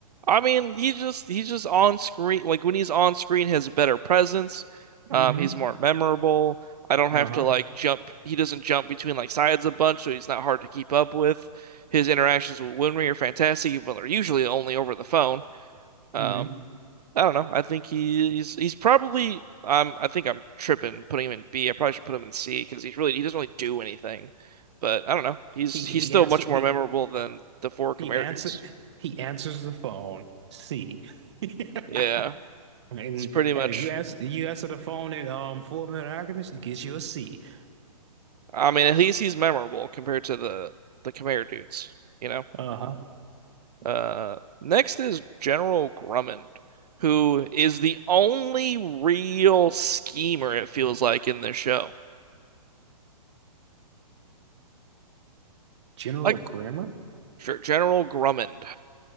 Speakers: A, on the right; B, on the right.
A: I mean, he's just he's just on screen. Like when he's on screen, he has a better presence. Um,
B: hmm
A: he's more memorable. I don't have
B: Uh-huh.
A: to like jump. He doesn't jump between like sides a bunch, so he's not hard to keep up with. His interactions with Winry are fantastic, even though they're usually only over the phone. Um,
B: hmm
A: I don't know. I think he, he's he's probably. I'm. I think I'm tripping putting him in B. I probably should put him in C because he's really he doesn't really do anything. But I don't know. He's
B: He
A: he's
B: he
A: still
B: answer
A: much more
B: he
A: memorable than the four
B: he
A: Khmer
B: answer
A: dudes.
B: he answers the phone. C. <laughs>
A: Yeah,
B: And
A: it's pretty much.
B: hey, if you answer you answer the phone in um Full Metal Alchemist, it gives you a C. <laughs>
A: I mean, at least he's memorable compared to the the Khmer dudes, you know?
B: Uh-huh.
A: Uh, next is General Grummond, who is the only real schemer, it feels like, in this show.
B: General
A: Like,
B: Grammar?
A: sure, General Grummond.